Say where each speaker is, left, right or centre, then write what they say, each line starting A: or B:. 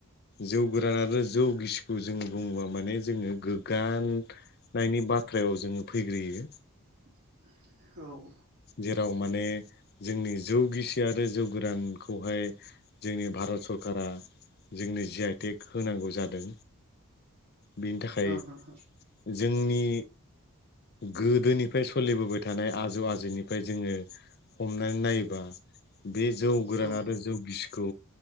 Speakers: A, on the left (about 45°); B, on the right (about 45°).
A: जौ गोरान आरो जौ गिसिखौ जों बुङोबा माने जोङो गोग्गाननायनि बाथ्रायाव जोङो फैग्रोयो
B: <inaudible> हो
A: जेराव माने जोंनि जौ गिसि आरो जौ गोरानखौहाय जोंनि भा रत सरकारा जोंनो जि-आइ-टेक होनांगौ जादों बेनि थाखाय
B: हो हो
A: जोंनि गोदोनिफ्राय सलिबोबाय थानाय आजौ आजैनि फाय जोङो हमनानै नायोबा बे जौ गोरान
B: औ
A: आरो जौ गिसिखौ